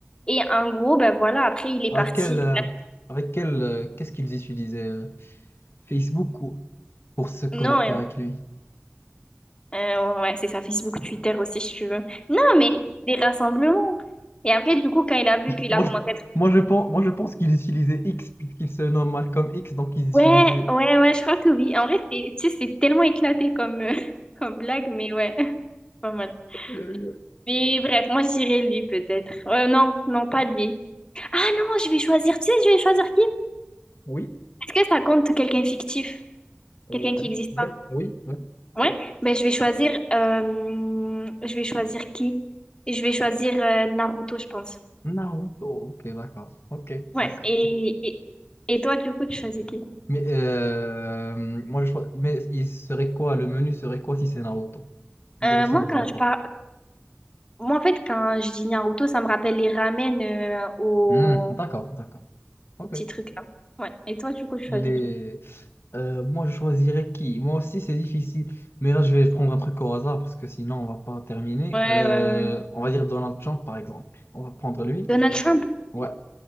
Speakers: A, on the left; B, on the left.
A: Et en gros, ben voilà, après, il est
B: Avec
A: parti.
B: quel, euh, avec quel, euh, qu'est-ce qu'ils utilisaient euh, Facebook ou- pour se connecter
A: Non, euh,
B: avec lui?
A: euh, ouais, c'est ça, Facebook, Twitter aussi, si tu veux. Non, mais des rassemblements. Et après, du coup, quand il a vu qu'il
B: Moi,
A: a commencé
B: je,
A: à être...
B: moi, je pense, moi, je pense qu'ils utilisaient X puisqu'il se nomme Malcolm X, donc ils utilisaient
A: Ouais, ouais, ouais, je crois que oui. En vrai, c'est- tu sais, c'est tellement éclaté comme, euh, <laughs> comme blague, mais ouais, <laughs> pas mal.
B: Euh,
A: Mais bref, moi je dirais lui peut-être. Euh, non, non, pas lui. Ah non, je vais choisir. Tu sais, je vais choisir qui?
B: oui,
A: Est-ce que ça compte quelqu'un fictif?
B: ouais,
A: Quelqu'un qui n'existe
B: oui,
A: pas?
B: oui, oui.
A: Ouais. Ben je vais choisir. euh, Je vais choisir qui? Je vais choisir euh, Naruto, je pense.
B: Naruto. Ok, d'accord. Ok,
A: Ouais.
B: d'accord.
A: Et, et, et toi, du coup, tu choisis qui?
B: Mais euh, moi, je, mais il serait quoi? Le menu serait quoi si c'est Naruto? Il
A: Euh,
B: ressemblerait
A: moi, quand
B: à
A: je
B: quoi?
A: parle, moi en fait, quand je dis Naruto, ça me rappelle les ramen euh, au...
B: Hmm, d'accord, d'accord. Ok.
A: au petit truc là. Ouais. Et toi, du coup, tu choisis
B: Les...
A: qui?
B: Euh, moi, je choisirais qui? Moi aussi, c'est difficile. Mais là, je vais prendre un truc au hasard parce que sinon, on va pas terminer.
A: Ouais,
B: Euh,
A: ouais, ouais.
B: on va dire Donald Trump, par exemple. On va prendre lui.
A: Donald Trump?
B: Ouais,